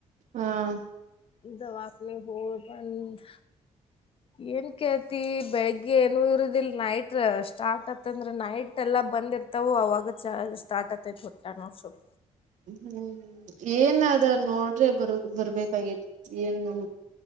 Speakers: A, on the right (about 80°); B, on the left (about 45°).
A: ಹ್ಮ್ಮ್.
B: ದವಾಖಾನಿಗ ಹೋಗಿ ಬಂದ್. ಏನ್ ಕೇಳುತ್ತಿ ಬೆಳಗ್ಗೆ ಏನು ಇರುದಿಲ್ ನೈಟ್ ಸ್ಟಾರ್ಟ್ ಆತಂದ್ರ ನೈಟ್ ವಟ್ಟ ಎಲ್ಲಾ ಬಂದಿರ್ತವು ಅವಾಗ ಚಾ ಸ್ಟಾರ್ಟ್ ಆತೈತ್ ಹೊಟ್ಯಾಗ ನುಸೂದ.
A: ಹ್ಮ್ ಏನದ ನೋಡ್ರೆ ಬರು ಬರ್ಬೇಕಾಗಿತ್ತು ಏನ್ ನೋ.